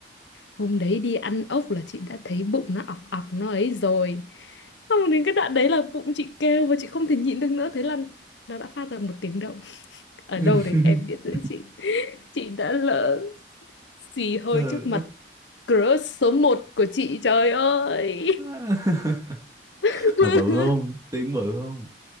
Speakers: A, on the left; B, on the right.
A: Hôm đấy đi ăn ốc là chị đã thấy bụng nó ọc ọc nó ấy rồi Xong đến cái đoạn đấy là bụng chị kêu Và chị không thể nhịn được nữa Thế là nó đã phát ra một tiếng động <laughs> Ở
B: <laughs>
A: đâu đấy em biết đấy chị chị đã lỡ xì hơi
B: Sợ.
A: trước mặt crush số một của chị trời ơi
B: <laughs>
A: <laughs>
B: Mà bự không? Tiếng bự không?